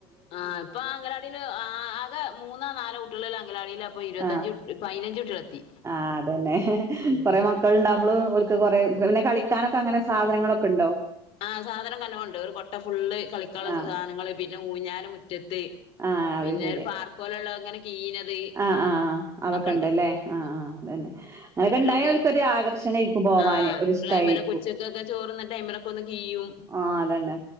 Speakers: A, on the left (about 45°); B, on the right (about 20°).
A: ആഹ് ഇപ്പൊ ആ അങ്കലാടിൽ ആകെ മൂന്നോ നാലോ കുട്ടികളുള്ള അങ്കലാടീലാപ്പൊ ഇരുപത്തിഞ്ച്
B: ആഹ്
A: പതിനഞ്ച് കുട്ടികളെത്തി
B: ആഹ് അതന്നെ
A: ഉം
B: കൊറെ മക്കൾ ഉണ്ടാവുമ്പളും ഓല്ക്ക് കുറേ പിന്നെ കളിക്കാനൊക്കെ അങ്ങനെ സാധനങ്ങളൊക്കെ ഉണ്ടോ
A: ആ സാധനം ഒക്കെ നല്ലോം ഉണ്ട്. ഒരു കൊട്ട ഫുള്ള് കളിക്കാനുള്ള
B: ആഹ്
A: സാധനങ്ങള് പിന്നെ ഊഞ്ഞാല് മുറ്റത്ത്
B: ആഹ് അത്
A: പിന്നെ
B: ശെരി.
A: ഒരു പാർക്ക് പോലെ ഉള്ള ഇങ്ങനെ കീഞ്ഞത്
B: ആഹ് ആഹ് അതൊക്കെ
A: അതൊക്കെണ്ട്
B: ഉണ്ടല്ലേ ആഹ്
A: ഉം
B: ആഹ് അതന്നെ അങ്ങനൊക്കെ
A: കുട്ടികൾക്ക്
B: ഉണ്ടായ ഓല്ക്ക് ഒരു ആകർഷണേക്കും പോവാന്
A: ആഹ്
B: ഒരു
A: കുട്ടികള്
B: ഇഷ്ട്ടായിരിക്കും
A: അയ്മേലൊക്കെ ഉച്ചക്കൊക്കെ ചോറുണ്ണ ടൈമിലൊക്കെ ഒന്ന് കീയും
B: ആഹ് അതന്നെ